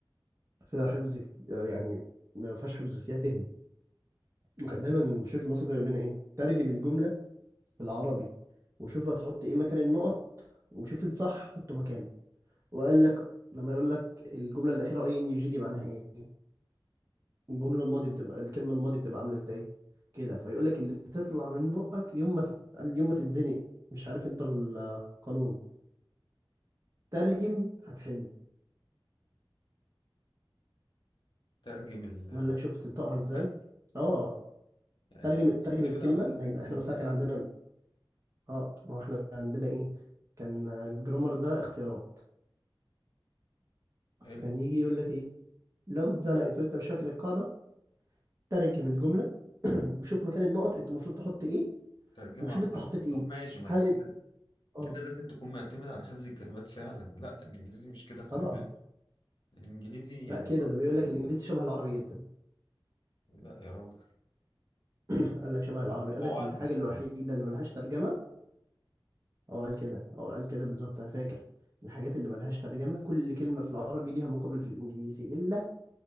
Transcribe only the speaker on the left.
ترجم ال-
الكلمات
يعني
انا
بيعتمد
على حفظ
الكلمات
حلو
ترجمة
حرفي
طب ماشي ما
انت كده
كده لازم تكون معتمد على حفظ الكلمات فعلا لا الانجليزي مش كده خلي
بالك الانجليزي يعني
برضو
لا يا راجل
لا
قواعد
مختلفة